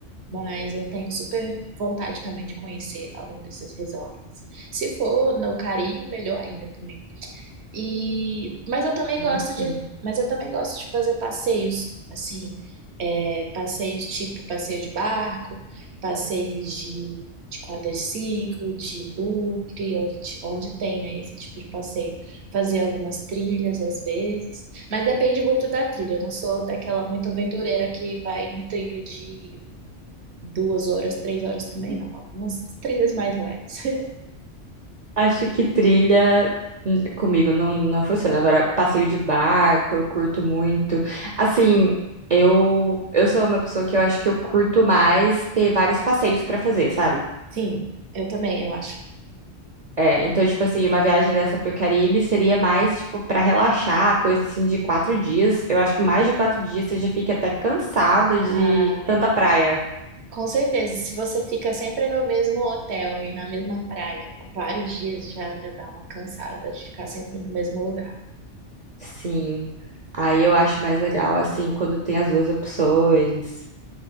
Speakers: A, on the right; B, on the right.
A: Mas eu tenho super vontade também de conhecer algum desses resorts. Se for no Caribe, melhor ainda também. E, mas eu também
B: Ah,
A: gosto
B: sim.
A: de, mas eu também gosto de fazer passeios, assim, é, passeios tipo passeio de barco, passeios de, de quadriciclo, de bugre, onde, ti- onde tem, né, esse tipo de passeio. Fazer algumas trilhas às vezes, mas depende muito da trilha. Eu não sou daquela muito aventureira que vai em trilha de duas horas, três horas também, não. Algumas trilhas mais leves.
B: Acho que trilha hum, comigo não, não funciona. Agora, passeio de barco, eu curto muito. Assim, eu, eu sou uma pessoa que eu acho que eu curto mais ter vários passeios pra fazer, sabe?
A: <laughs> Sim, eu também, eu acho.
B: É, então, tipo assim, uma viagem dessa pro Caribe seria mais, tipo, pra relaxar, coisa assim de quatro dias. Eu acho que mais de quatro dias você já fica até cansado de
A: Ah,
B: tanta
A: é.
B: praia.
A: Com certeza, se você fica sempre no mesmo hotel e na mesma praia por vários dias, já, já dá uma cansada de ficar sempre no mesmo lugar.
B: Sim. Aí eu acho mais legal, assim, quando tem as duas opções.